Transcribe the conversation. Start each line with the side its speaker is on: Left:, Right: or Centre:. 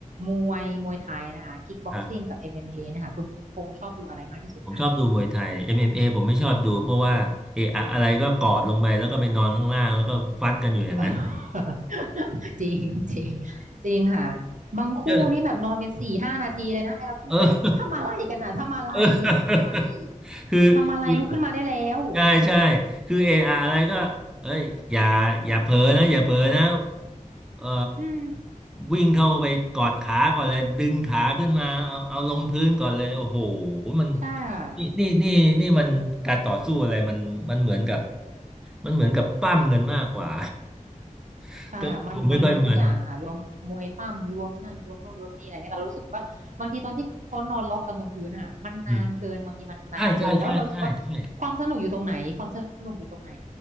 Right: มวยมวยไทยนะคะคิกบ็อกซิ่งกับ
Centre: ครับ
Right: MMA นะคะคุณพงษ์ชอบดูอะไรมากที่สุดคะ
Centre: ผมชอบดูมวยไทย MMA ผมไม่ชอบดูเพราะว่าเอะอะอะไรก็กอดลงไปแล้วก็ไปนอนข้างล่างแล้วก็ฟัดกันอยู่อย่างนั้น
Right: เออ <laughs> จริงจริงจริงค่ะบางคู่นี่แบบนอนเป็นสี่ห้านาทีเลยนะไอเราคิดในใจทำอะไรกันอ่ะทำอะไรทำอะไร
Centre: <laughs> เออเออ คือคือ
Right: ทำอะไรลุกขึ้นมาได้แล้ว
Centre: ใช่ใช่คือเอออะไรก็เอ้ยอย่าอย่าเผลอนะอย่าเผลอนะเอ่อ
Right: อืม
Centre: วิ่งเข้าไปกอดขาก่อนเลยดึงขาขึ้นมาเอาเอาลงพื้นก่อนเลยโอ้โหมัน
Right: ใช่ค่ะ
Centre: นี่นี่นี่นี่มันการต่อสู้อะไรมันมันเหมือนกับมันเหมือนกับปั้มเงินมากกว่า <laughs>
Right: ใช่ค่ะมันมันรวมทุกอย่างอะค่ะรวมมวยปั้มรวมนั่นรวมโน่นรวมนี่อะไรเงี้ยแต่เรารู้สึกว่าบางทีตอนที่เขานอนล็อกกันตรงพื้นอะค่ะมันนานเกินบางทีมันนานเกินแล้วเรารู้สึกว่าความสนุกอยู่ตรงไหนความสนุกอยู่ตรงไหน
Centre: ก็ดูไม่ค่อยมันอืมใช่ใช่ใช่ใช่ใช่